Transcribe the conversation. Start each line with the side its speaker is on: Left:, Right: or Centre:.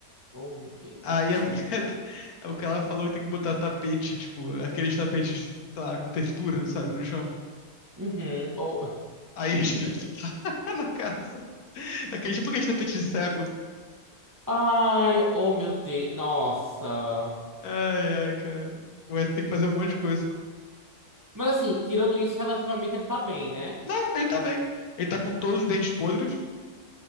Right: Oh, meu Deus.
Left: Aí a mulher. <laughs> O que ela falou que tem que botar tapete, tipo, aqueles tapetes, sei lá, com textura, sabe, no chão.
Right: Uhum. Oh.
Left: Aí a gente vai botar <laughs> na casa. Aquele tipo aquele tapete de cego.
Right: Ai, oh meu Deus. Nossa.
Left: Ai, ai, cara. Vai ter que fazer um monte de coisa.
Right: Mas assim, tirando isso, relativamente ele tá bem, né?
Left: Não, ele tá bem. Ele tá com todos os dentes podres.